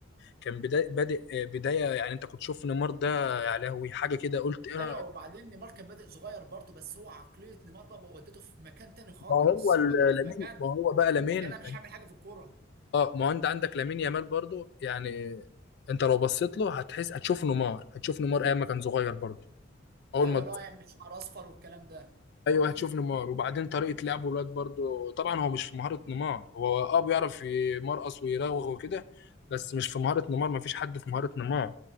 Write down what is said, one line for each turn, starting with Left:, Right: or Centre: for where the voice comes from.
Left: كان بدا بادئ بدايه يعني انت كنت تشوف نيمار ده يا لهوي حاجه كده قلت ايه أنا-
Right: ايوه وبعدين نيمار كان بادئ صغير برضه بس هو عقليه نيمار بقى ودته في مكان تاني خالص
Left: ما هو ال-
Right: ودته
Left: لامين
Right: في مكان
Left: ما هو بقى لامين
Right: اللي انا مش هعمل حاجه في الكوره
Left: اه ما هو انت عندك لامين يامال برضو يعني انت لو بصيت له هتحس هتشوف نيمار هتشوف نيمار ايام ما كان صغير برضو اول
Right: ايوه
Left: ما
Right: اللي
Left: تبص-
Right: هو يعمل شعر اصفر والكلام ده
Left: ايوه هتشوف نيمار وبعدين طريقه لعبه الواد برضو طبعا هو مش في مهاره نيمار هو اه بيعرف يمرقص ويراوغ وكده بس مش في مهاره نيمار ما فيش حد في مهاره نيمار